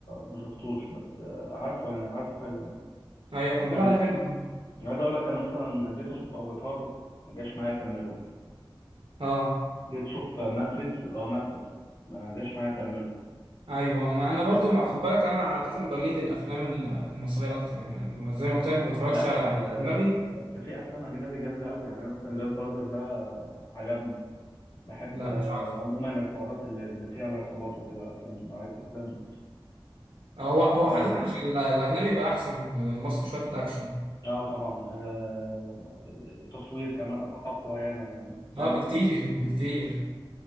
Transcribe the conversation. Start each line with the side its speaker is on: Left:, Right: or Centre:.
Left: ما شفتوش بس آه، عارفه يعني عارفه حلو يعني
Right: ايوه كان بيقولوا
Left: آه، لأ
Right: عليه حلو برضو.
Left: عايز أقول لك أنا مثلا جيت أشوف أفاتار ما جاش معايا أكمله مثلا
Right: اه
Left: جيت أشوف ماتريكس اللي هو ماتريكس ما جاش معايا أكمله
Right: ايوه ما انا برضو خد بالك انا عاده بميل للافلام ال- المصريه اكتر يعني زي ما قلت لك ما بتفرجش
Left: لأ بس
Right: على
Left: آه،
Right: اجنبي
Left: بس في أفلام أجنبي جامدة أوي يعني أنا مثلا جاد فازر ده آه، عجبني بحب
Right: لا
Left: آه،
Right: مش عارف
Left: عموما الحوارات اللي اللي فيها العصابات وكده الأفلام نوعية الأفلام دي
Right: هو هو عاده
Left: آه،
Right: مش ال- الاجنبي بقى احسن من المصري شويه في الاكشن
Left: اه طبعا آه التصوير كمان أق- اقوى ياما يعني فاهم
Right: اه
Left: انت
Right: بكتير <laughs> بكتير